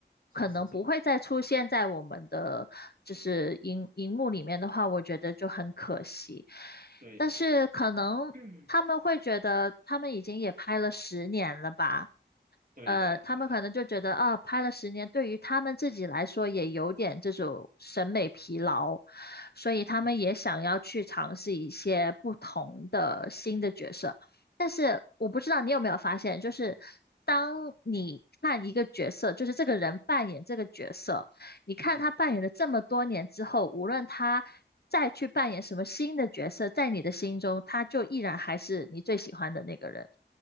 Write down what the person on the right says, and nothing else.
是是是，
对。
<clears throat> 嗯，对的，
对的，
嗯
嗯，